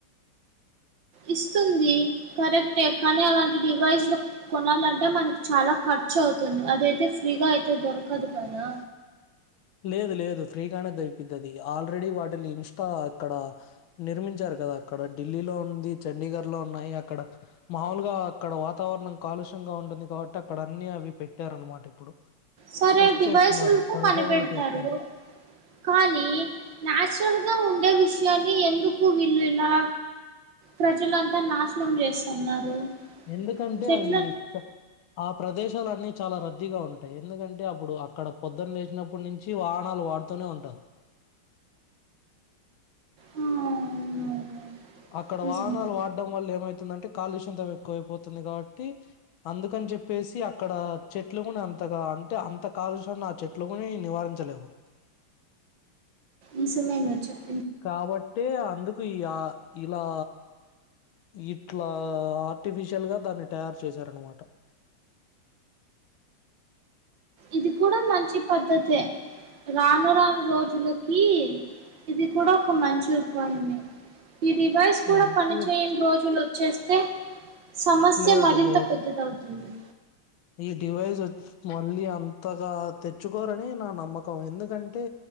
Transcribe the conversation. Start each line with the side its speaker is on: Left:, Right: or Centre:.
Right: ఇస్తుంది కరెక్టే కానీ అలాంటి డివైస్లు కొనాలంటే మనకి చాలా కట్ ఖర్చ అవుతుంది అద అయితే ఫ్రీగా అయితే దొరకదు కదా
Left: <inaudible> లేదు లేదు ఫ్రీగానే దొరికిద్దది ఆల్రెడీ వాటిని ఇన్స్టా అక్కడ నిర్మించారు కదా అక్కడ ఢిల్లీలో ఉంది, చండీఘర్ లో ఉన్నాయి, అక్కడ మాలుగా అక్కడ వాతావరణం కాలుష్ గా ఉంటుంది కాబట్టి అక్కడ అన్ని అవి పెట్టారు అన్నమాట ఇప్పుడు
Right: సరే
Left: టెస్ట్
Right: డివైసులతో
Left: చేస్తున్నారు పరిశోధన
Right: పనిపెడు
Left: చేస్తున్నారు
Right: తారు కానీ నాచురల్ గా ఉండే విషయాన్ని ఎందుకు వీళ్ళు ఇలా ప్రజలంతా నాశనం చేస్తున్నారు
Left: ఎందుకంటే
Right: చెట్ల
Left: అవి చక్ ఆ ప్రదేశాల అన్నీ చాలా రద్దీగా ఉంటాయి. ఎందుకంటే అప్పుడు అక్కడ పొద్దున్న లేచినప్పుడు నుంచి వాహనాలు వాడుతూనే ఉంటారు.
Right: ఆ అవునవును
Left: అక్కడ
Right: నిజమే
Left: వాహనాలు వాడం వల్ల ఏమైతుందంటే కాలుష్యతం ఎక్కువైపోతుంది కాబట్టి అందుకని చెప్పేసి అక్కడ చెట్లు కూడా అంతగా అంటే అంత కాలుష్యన్ని ఆ చెట్లు కూని నివారించలేవు
Right: ఈ సమయం లో చెప్
Left: కాబట్టే అందుకు ఈ య ఇలా ఇట్లా ఆర్టిఫిషియల్ గా దాన్ని తయారు చేశారనమాట
Right: ఇది కూడా మంచి పద్ధతే రాను రాను రోజులకి ఇది కూడా ఒక మంచి ఉపాయమే ఈ డివైస్ కూడా
Left: మనకు
Right: పనిచేయని రోజులు వచ్చేస్తే సమస్య
Left: లేదు
Right: మరింత
Left: లేదు
Right: పెద్దదవుతుంది‌.
Left: ఈ డివైస్ ఒ మళ్ళీ అంతగా తెచ్చుకోరని నా నమ్మకం ఎందుకంటే